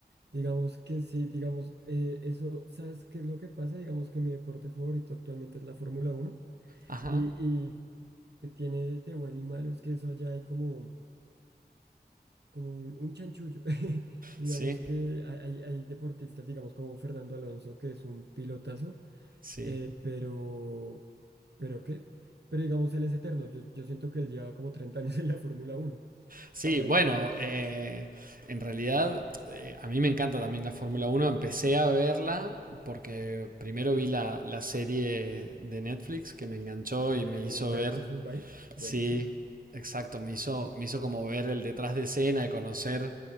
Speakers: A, on the right; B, on the right.
A: Digamos que sí, digamos, eh, eso, ¿sabes qué es lo que pasa? Digamos que mi deporte favorito actualmente es la Fórmula uno
B: Ajá.
A: y que tiene de bueno y malo es que eso allá hay como, como un, un chanchullo. <laughs> Digamos
B: Sí,
A: que hay, hay hay deportistas, digamos como Fernando Alonso, que es un pilotazo,
B: sí.
A: eh, pero, ¿pero qué? Pero digamos, él es eterno. Yo, yo siento que él lleva como 30 años en la Fórmula Uno
B: Sí,
A: Y hay,
B: bueno,
A: y hay otras,
B: eh, en realidad eh, a mí me encanta también la Fórmula Uno. Empecé a verla porque primero vi la, la serie de Netflix que me enganchó
A: eh,
B: y me hizo
A: Drive
B: ver
A: to Survive, buenísima.
B: Sí, exacto. Me hizo, me hizo como ver el detrás de escena y conocer,